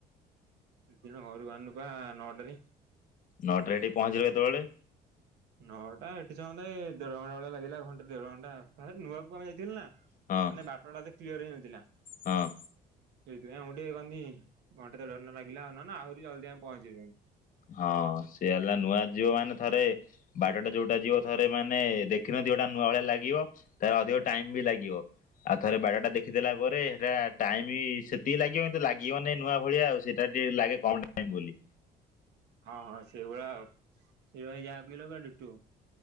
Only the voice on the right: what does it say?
ସେ ଦିନ ଘରୁ ବାହାରିନୁପା ନଅଟାରେ।
ନଅଟା ଏଠି ସମୁଦାଇ ଦେଢ ଘଣ୍ଟା ଭଳିଆ ଲାଗିଲା ଘଣ୍ଟା ଦେଢ଼ ଘଣ୍ଟା ନୂଆ କକୁ ଆମେ ଯାଇଥିଲୁ ନା। ମାନେ
ବଟ ଟା ଏତେ କ୍ଲିୟର ହେଇନଥିଲା।
ସେଇଥିପାଇଁ ଆଉ ଗୋ ଟେ କନି ଘଣ୍ଟେ ଦେଢ଼ ଘଣ୍ଟା ଲାଗିଲା ଆ ଆହୁରି ଜଲଦି ଆମେ ପହଞ୍ଚି ଯାଇଥାନ୍ତୁ।
ହଁ ହଁ ସେଇଭଳିଆ ଆଉ ସେଇଭଳିଆ ଇଆ ଭଳିଆ ଡ଼ିଟୁ